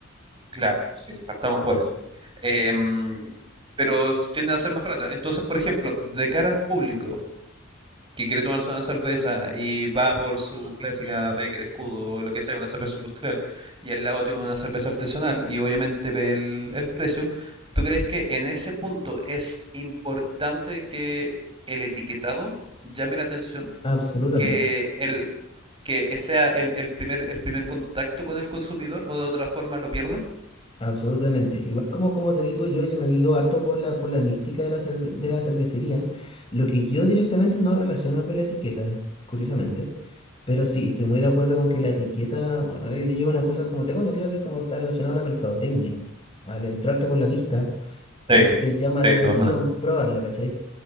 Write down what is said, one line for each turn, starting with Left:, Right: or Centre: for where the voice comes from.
Right: claro, sí, partamos por eso. Em, pero tienden a ser más baratas. Entonces, por ejemplo, de cara al público, que quiere tomarse una cerveza y va por su clásica Becker Escudo o lo que sea, una cerveza industrial, y al lado tiene una cerveza artesanal y obviamente ve el, el precio, ¿tú crees que en ese punto es importante que el etiquetado llame la atención?
Left: Absolutamente.
Right: Que el que sea el, el primer el primer contacto con el consumidor o de otra forma lo pierden?
Left: Absolutamente. Igual como, como te digo yo, yo me guío harto por la, por la mística de la, cerve- de la cervecería. Lo que yo directamente no relaciono con la etiqueta, curiosamente. Pero sí, estoy muy de acuerdo con que la etiqueta, bueno, eh, lleva una cosa como tengo entendido que es como está relacionado a la mercadotecnia. Al entrarte por la vista,
Right: Sí,
Left: mm, te llama
Right: sí,
Left: la atención
Right: de todas maneras.
Left: probarla, ¿cachai?